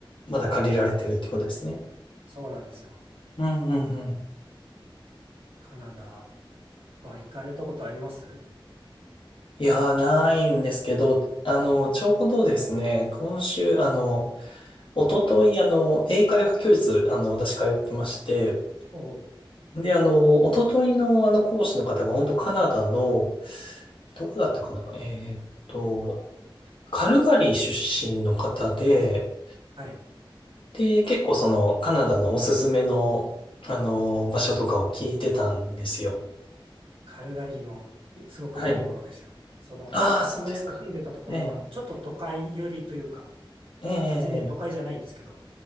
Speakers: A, on the left (about 70°); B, on the right (about 80°).
A: まだ借りられてるってことですね。
B: そうなんですよ。
A: うんうんうん
B: カナダは行かれたことあります
A: いやー、ないんですけど、あの、ちょうどですね、今週、あの、一昨日あの、英会話教室、あの、私通ってまして、
B: おう
A: で、あの、一昨日のあの、講師の方が、本当カナダの、どこだったかなえーっと、カルガリー出身の方で、
B: はい。
A: で、結構その、カナダのおすすめの、あの、場所とかを聞いてたんですよ。
B: カルガリーも、いすごくいいところですよ。
A: はい。
B: その、
A: ああ、
B: 僕が住んでたところは、
A: そうですか。ええ、
B: ちょっと都会寄りというか、
A: ええ、
B: まあ、全然都会じゃないんですけど、